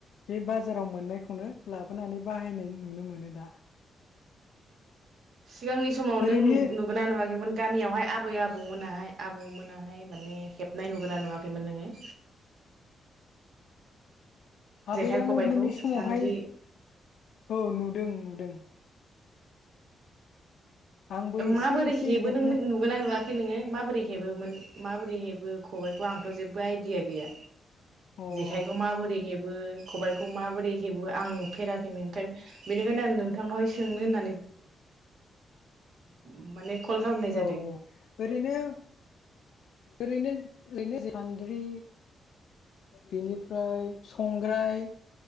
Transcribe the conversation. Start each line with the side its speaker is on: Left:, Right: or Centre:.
Left: बे बाजाराव मोननायखौनो लाबोनानै बाहायनाय नुनो मोनो दा।
Right: सिगांनि समाव
Left: ओरैनो
Right: नों नुगोना नुवाखैमोन? गामियावहाय आबै आबौमोनाहाय आबौ मोनाहाय माने हेबनाय नुगोना नुवाखैमोन नोङो।
Left: आबैया
Right: जेखाइ
Left: आबौमोननि
Right: खबाइखौ
Left: समावहाय
Right: सान्द्रि
Left: औ नुदों नुदों। आंबो एसे
Right: माबोरै
Left: एसे
Right: हेबो
Left: हेबनो
Right: नों नुगोना नुवाखै नोङो माबोरै हेबोमोन माबोरै हेबो बो खबायखौ आंथ जेबो आइदिया गैया।
Left: अ औ
Right: जेखायखौ माबोरै हेब हेबो खबायखौ माबोरै हेबो आं नुफेराखैनो ओंखाय बेनिखायनो आं नोंथांनावहाय सोंनो होननानै माने कल खालामनाय
Left: औ
Right: जादों
Left: औ ओरैनो ओरैनो ओरैनो सान्द्रि बेनिफ्राय संग्राय